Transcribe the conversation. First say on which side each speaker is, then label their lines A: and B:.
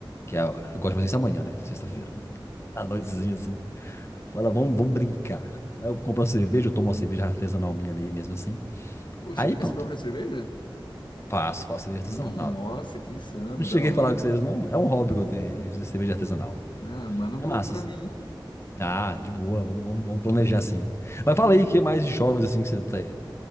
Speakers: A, on the left; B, on the left.
A: Que é, eu gosto de fazer isso amanhã, né? Sexta-feira.
B: Uhum.
A: À noitezinha, assim. Fala, vamos, vamos brincar. Aí eu compro uma cerveja, eu tomo uma cerveja artesanal minha ali mesmo assim.
B: Ô, Você
A: Aí
B: faz
A: pronto.
B: própria cerveja?
A: Faço, faço cerveja artesanal.
B: Nossa, que insano,
A: Não cheguei
B: da hora.
A: a falar com vocês, não. É um hobby
B: Não,
A: que
B: não,
A: eu tenho
B: não.
A: aí, fazer cerveja artesanal.
B: Ah, manda um
A: É
B: pouco
A: massa,
B: pra
A: assim.
B: mim.
A: Ah, de boa, vamos, vamos, vamos planejar assim Mas fala aí, o que mais de jogos assim que você tá, que